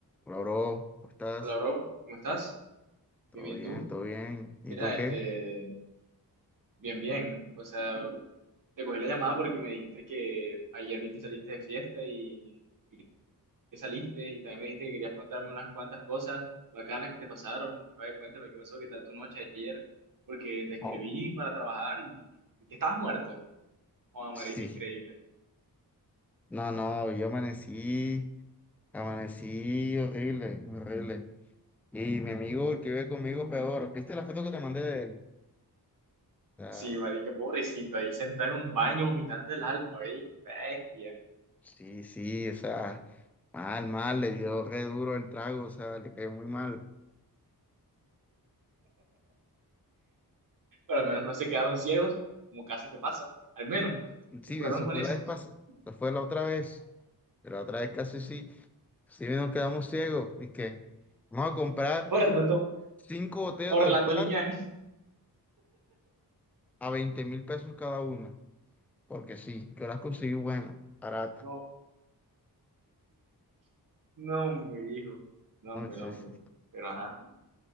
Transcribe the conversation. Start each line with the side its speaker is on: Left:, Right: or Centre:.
Centre: Hola, bro, ¿cómo estás?
Right: Hola, bro, ¿cómo estás?
Centre: Todo
Right: Bien, bien,
Centre: bien,
Right: ¿tú?
Centre: todo bien. ¿Y
Right: Mira,
Centre: tú
Right: este,
Centre: qué?
Right: bien, bien. O sea, te cogí la llamada porque me dijiste que ayer vi que saliste de fiesta y que saliste y también me dijiste que querías contarme unas cuantas cosas bacanas que te pasaron. A ver, cuéntame qué pasó, qué tal tu noche ayer, porque te escribí
Centre: Oh,
Right: para trabajar y, y que estabas muerto. Oh, marica,
Centre: Sí.
Right: increíble.
Centre: No, no, yo amanecí, amanecí horrible, horrible. Y mi amigo, el que vive conmigo, peor. ¿Viste la foto que te mandé de él? O sea,
Right: Sí, marica, pobrecito, ahí sentado en un baño vomitando el alma, ¿veis? Bestia.
Centre: sí, sí, o sea, mal, mal, le dio re duro el trago, o sea, le cayó muy mal.
Right: Pero al menos no se quedaron ciegos, como casi te pasa. Al menos
Centre: Sí,
Right: se curaron
Centre: eso
Right: con
Centre: fue
Right: eso.
Centre: la vez pasada,
Right: <laughs>
Centre: eso fue la otra vez, pero la otra vez casi sí, sí nos quedamos ciegos. Y que vamos a comprar
Right: Orlando,
Centre: cinco botellas
Right: Orlando
Centre: de Olpar
Right: Liñán.
Centre: a veinte mil pesos cada una, porque sí, yo las conseguí buenas, baratas.
Right: No, no, hombre, hijo. No,
Centre: ¿no?
Right: hombre,
Centre: Sí,
Right: no, hombre.
Centre: sí.
Right: Pero ajá,